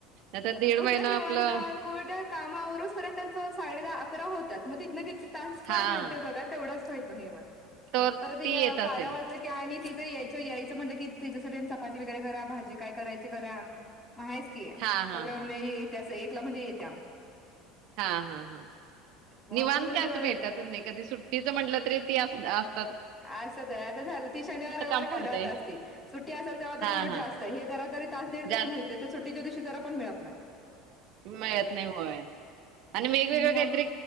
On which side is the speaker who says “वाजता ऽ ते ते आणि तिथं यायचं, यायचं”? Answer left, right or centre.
Left